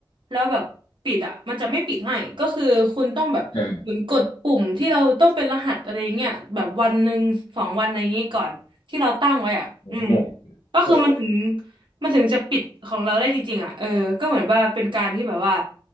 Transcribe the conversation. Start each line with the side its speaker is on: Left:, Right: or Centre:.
Right: แล้วแบบปิดอ่ะมันจะไม่ปิดให้ก็คือคุณต้องแบบเหมือนกดปุ่มที่เราต้องเป็นรหัสอะไรอย่างเงี้ยแบบวันหนึ่งสองวันอะไรอย่างงี้ก่อน
Left: อ
Right: ที่เราตั้งไว้อ่ะอืม
Left: ืม
Right: ก็คือมันถึง
Left: เออ
Right: มันถึงจะปิดของเราได้จริงๆอ่ะเออก็เหมือนว่าเป็นการที่แบบว่า